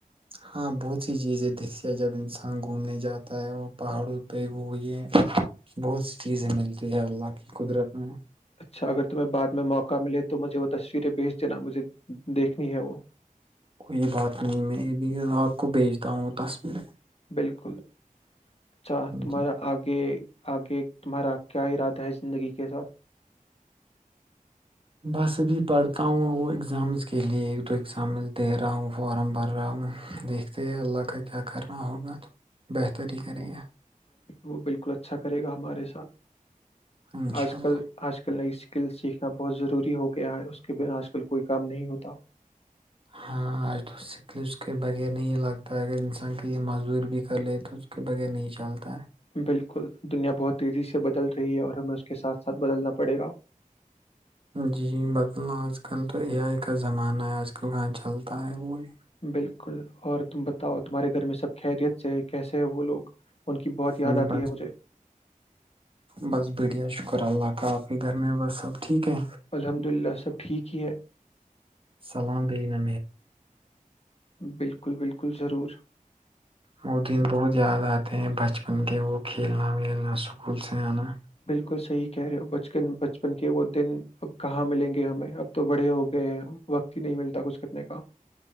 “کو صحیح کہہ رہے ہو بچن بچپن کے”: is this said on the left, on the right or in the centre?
Left